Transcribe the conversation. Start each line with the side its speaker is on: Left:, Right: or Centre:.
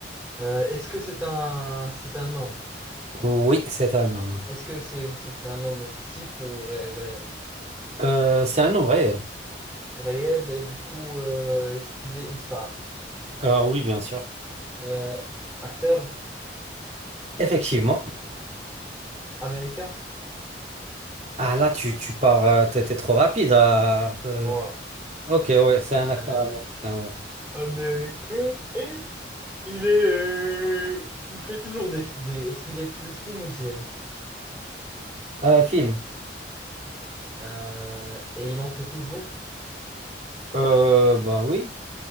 Centre: euh, est-ce que c'est un, c'est un homme?
Right: Oui, c'est un homme.
Centre: Est-ce que c'est c'est un homme fictif ou ré- réel?
Right: Euh, c'est un homme réel.
Centre: Réel, et du coup, euh, est-ce qu'il est une star?
Right: Ah oui, bien sûr.
Centre: Euh, acteur
Right: Effectivement.
Centre: américain?
Right: Ah là, tu, tu pars, euh, t'es t'es trop rapide. ah, euh,
Centre: Voilà.
Right: ok, ouais, c'est un
Centre: Euh,
Right: acteur américain, ouais.
Centre: américain et il est, euh, il fait toujours des, des- Est-ce qu'il est plus film ou série?
Right: Euh, film.
Centre: Euh, et il en fait toujours.
Right: Euh, bah oui,